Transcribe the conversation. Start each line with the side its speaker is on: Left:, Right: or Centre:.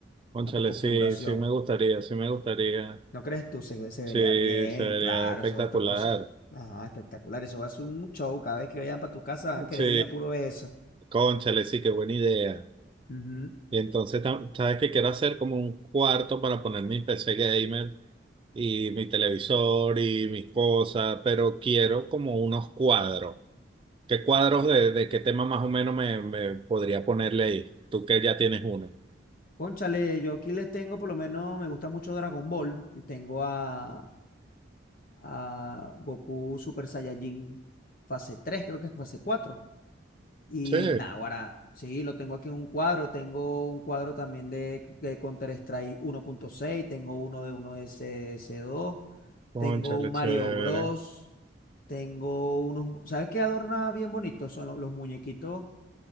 Right: Cónchale,
Left: a tu configuración.
Right: sí, sí me gustaría, sí me gustaría.
Left: ¿No crees tú? Se, ve- se
Right: Sí,
Left: vería bien,
Right: sería
Left: claro,
Right: espectacular.
Left: eso es otro, o sea, ajá, espectacular, eso va a ser un show, cada vez que vayan para tu casa, creía
Right: Sí,
Left: puro eso.
Right: cónchale, sí, qué buena idea.
Left: Ujú.
Right: Y entonces, tam- ¿sabes qué quiero hacer? Como un cuarto para poner mi PC gamer y mi televisor y mis cosas, pero quiero como unos cuadros. ¿Qué cuadros de, de qué tema más o menos me, me podría ponerle ahí? Tú que ya tienes uno.
Left: Cónchale, yo aquí les tengo, por lo menos me gusta mucho Dragon Ball y tengo a, a Goku Super Saiyajin fase 3, creo que es fase cuatro Y
Right: Sí.
Left: nada, ahora sí, lo tengo aquí en un cuadro, tengo un cuadro también de, de Counter-Strike uno punto seis, tengo uno de uno S S dos,
Right: Cónchale,
Left: tengo un Mario
Right: chévere.
Left: Bros, tengo unos, mu- ¿sabes qué adorna bien bonito? Son lo- los, muñequitos,